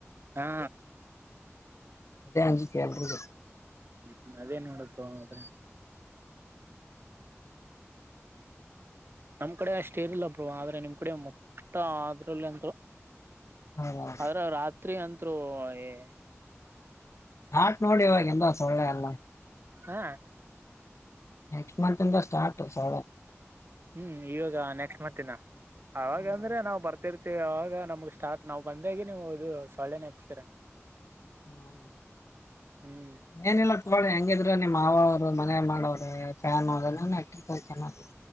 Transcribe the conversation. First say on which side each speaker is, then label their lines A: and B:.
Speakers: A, on the right; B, on the left.
A: ಹಾ
B: ಅದೇ <unintelligible> ಎಲ್ಲರಿಗೂ.
A: ಹ ಅದೇನ್ ನೋಡಿದ್ ಆದ್ರೆ. <unintelligible> ನಮ್ ಕಡೆ ಅಷ್ಟು ಇರಲಿಲ್ಲ ಬ್ರು ಆದ್ರೆ ನಿಮ್ ಕಡೆ ಮೊತ್ತ ಅದ್ರಲ್ಲಿ ಅಂತರು.
B: ಹೌದ
A: ಆದರ ರಾತ್ರಿ ಅಂತ್ತ್ರು ಏ.
B: ಆಟ್ ನೋಡಿ ಇವಾಗ ಎಂದ ಸೊಳ್ಳೆ ಅಲ್ಲ.
A: ಹಾ
B: ನೆಕ್ಸ್ಟ್ ಮಂತ್ ಇಂದ ಸ್ಟಾರ್ಟ್ ಸೊಳ್ಳೆ.
A: ಹ್ಮ್ ಇವಾಗ ನೆಕ್ಸ್ಟ್ ಮಂತ್ ಇಂದ ಅವಾಗ
B: ಹ್ಮ್
A: ಅಂದ್ರೆ ನಾವ್ ಬರ್ತಿರ್ತಿ. ಅವಾಗ ನಮ್ಗ್ ಸ್ಟಾರ್ಟ್ ನಾವ್ ಬಂದಾಗೆ ನೀವು ಇದು ಸೊಳ್ಳೆ ನೆಪಸ್ತೀರ.
B: <unintelligible>
A: ಹ್ಮ್
B: ಏನಿಲ್ಲ ತೊಗೊಳ್ಳಳಿ ಹೆಂಗಿದ್ರ ನಿಮ್ಮ್ ಮಾವ ಅವರು ಮನೆ ಮಾಡವ್ರೆ ಫ್ಯಾನ್ ಅವದೆಲ್ಲ <unintelligible> ಚೆನ್ನಾಗಿ.